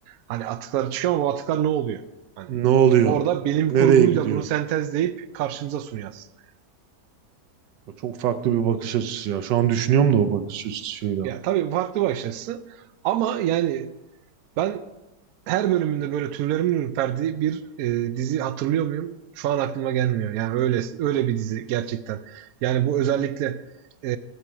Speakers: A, on the right (about 70°); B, on the right (about 85°).
A: Hani atıkları çıkıyor ama bu atıklar ne oluyor? Hani
B: Ne oluyor?
A: orada bilim
B: Nereye
A: kurguyla
B: gidiyor?
A: bunu sentezleyip karşımıza sunuyor aslında.
B: O Çok farklı bir bakış açısı ya. Şu an düşünüyorum da o bakış açısıyla.
A: Ya tabii farklı bir açısı ama yani ben her bölümünde böyle tüylerimin ürperdiği bir e, dizi hatırlıyor muyum? Şu an aklıma gelmiyor. Yani öyle öyle bir dizi gerçekten. Yani bu özellikle e,